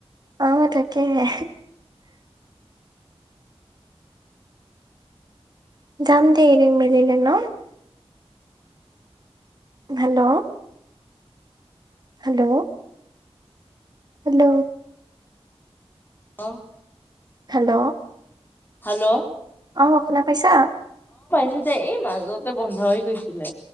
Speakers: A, on the right; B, on the left.
A: অহ তাকে হে। জাম দেই এদিন মিলিলে ন'। হেল্ল'। হেল্ল'। হেল্ল'।
B: অহ।
A: হেল্ল'।
B: হেল্ল'।
A: অ শুনা পাইছা।
B: ততে এই মাজতে বন্ধ হৈ গৈছিলে।